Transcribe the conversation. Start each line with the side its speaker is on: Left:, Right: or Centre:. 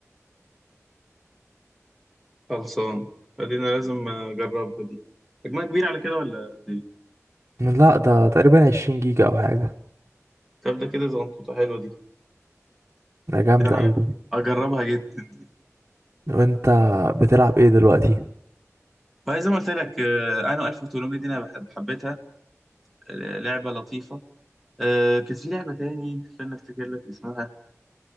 Centre: خلصان فدي انا لازم اجربها دي حجمها كبير على كده ولا دي
Right: لا ده تقريبا 20 جيجا او حاجه
Centre: طب ده كده زنطوطة حلوة دي
Right: ده جامده
Centre: ده انا
Right: قوي دي
Centre: اجربها جدا دي
Right: وانت بتلعب ايه دلوقتي
Centre: فزي ما قلت لك آه، انا 1800 دي انا بحب حبيتها آه، لعبة لطيفة آه كان في لعبة تاني استنى افتكر لك اسمها